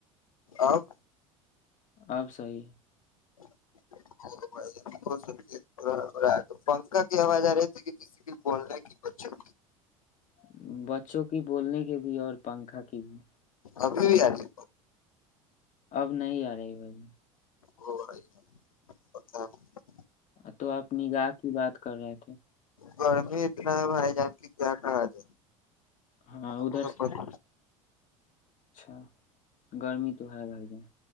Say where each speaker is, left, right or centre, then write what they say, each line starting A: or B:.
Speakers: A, on the left; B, on the left.
A: آ <unintelligible>
B: اب صیح ہے
A: ب <unintelligible> ھ پنکا کی آواز آ رہی تھی کہ کسی بھی بولنا کی بچوں
B: ہے بچوں کی بولنے کی بھی اور پنکھا کی بھی
A: ابھی بھی آری
B: اب نہیں آ رہی بھائی
A: ا آئیت <unintelligible>
B: تو آپ نگاہ کی بات کر رہے تھے
A: گرمی اتنا ہے بھائی جان کی کیا کہا جائے
B: ہاں
A: اب
B: ادھر
A: سر
B: سے-
A: پ <unintelligible>
B: اچھا گرمی تو ہے بھائی گ